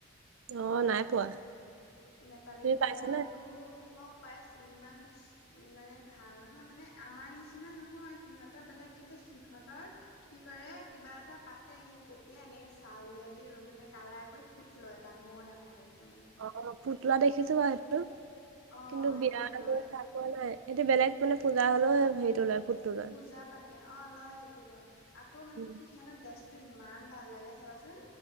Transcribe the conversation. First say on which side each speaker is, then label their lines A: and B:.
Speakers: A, on the right; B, on the left.
A: অ নাই পোৱা।
B: নেপালী
A: তুমি
B: বিয়াতটো
A: পাইছানে
B: মই পাইছোঁ ইমান- উম মানে ভাল নহয় মানে আমাৰ নিচিনা নহয় সিহঁতৰ বেলোক কিন্তু সিহঁতৰ- কি কৰে কিবা এটা পাতে সেই তেতিয়া এনেকে চাউলেদি মানে কালাই কৰি- ফুট লয় ডাঙৰ ডাঙৰকৈ একদম মানে।
A: অ ফুট লোৱা দেখিছো বাৰু সেইটো,
B: অ'
A: কিন্তু
B: সেনেকে
A: বিয়াৰ
B: লয়
A: হে খাই- পোৱা নাই সেইটো বেলেগ মানে পূজা হলেও হেৰিটো লয়। লয়।
B: পূজা পাতে অ লয় সেইটোতো আকৌ মানে
A: উম।
B: কি সিহঁতৰ ড্ৰেছটো ইমান ভাল লাগে চাবাচোন।